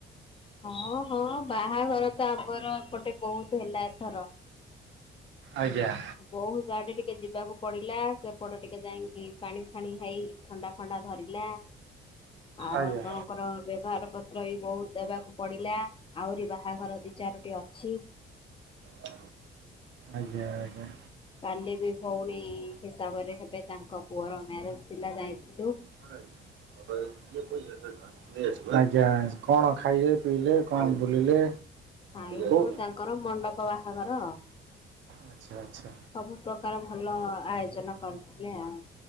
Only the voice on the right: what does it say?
ଆଜ୍ଞା।
ଆଜ୍ଞା
ହ ଆଜ୍ଞା ଆଜ୍ଞା।
<unintelligible> ଆଜ୍ଞା କଣ ଖାଇଲେ ପିଇଲେ କଣ ବୁଲିଲେ?
କୋଉ
ଆଚ୍ଛା ଆଚ୍ଛା